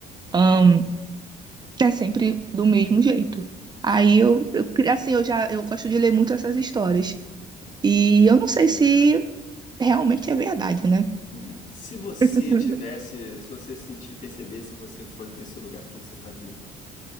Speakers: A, on the right (about 25°); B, on the left (about 50°).
A: ahn, é sempre do mesmo jeito.
B: sim,
A: Aí eu,
B: sim.
A: eu, cri- assim, eu já, eu gosto de ler muito essas histórias. E eu não sei se realmente é verdade, né?
B: Né. Se você
A: <laughs>
B: tivesse, se você sentir, percebesse que você foi pra esse lugar, o que que você faria?